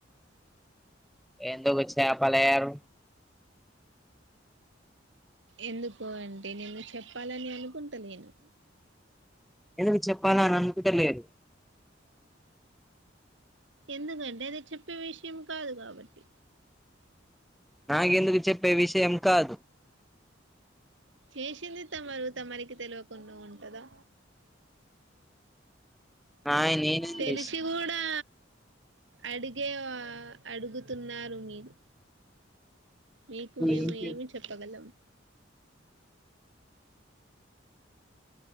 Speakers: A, in the centre; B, on the right (about 70°).
A: ఎందుకు వచ్చా పలరు
B: ఎందుకో అంటే నేను చెప్పాలని అనుకుంటా లెను
A: ఎందుకు చెప్ చెప్పాలన అనుకుటలదు
B: ఎందుకంటే అది చెప్పే విషయం కాదు కాబట్టి
A: నాకెందుకు చెప్పే విషయం కాదు
B: చేసింది తమరు తమరికి తెలియకుండా ఉంటదా
A: నాయి నేనేం
B: తెలిసి
A: చేసిన
B: కూడా అడిగే అడుగుతున్నారు మీరు మీకు
A: నువ్వేం
B: మేము
A: చేస్
B: ఏమి చెప్పగలం